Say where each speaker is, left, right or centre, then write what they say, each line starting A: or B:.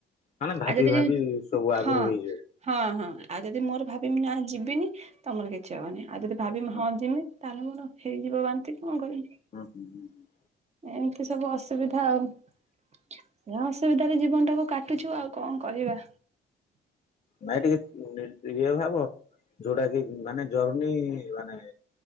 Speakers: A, on the left (about 35°); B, on the right (about 35°).
A: ମାନେ ଭାବି
B: ଆ ଯଦି
A: ଭାବି
B: ଯ
A: ସବୁ ଆଗରୁ
B: ହଁ ହଁ।
A: ହେଇଯିବ।
B: ହଁ ହଁ ଆଉ ଯଦି ମୋର ଭାବିମି ନା ଯିବିନି ତମର କିଛି ହବନି ଆଉ ଯଦି ଭାବି
A: ହୁଁ
B: ହଁ
A: ହୁଁ
B: ଯିମି ତାହେଲେ ମୋର ହେଇଯିବ ବାନ୍ତି। କଣ କରିବି
A: ହୁଁ ହୁଁ ହୁଁ ହୁଁ।
B: ଏମିତି ସବୁ ଅସୁବିଧା ଆଉ ସେ ଅସୁବିଧାରେ ଜୀବନ ଟାକୁ କାଟି କାଟୁଛୁ ଆଉ କଣ କରିବା।
A: ନାଇଁ ଟିକେ ଇଏ ଭାବ ଯୋଉଟା କି ମାନେ ଜର୍ନି ମାନେ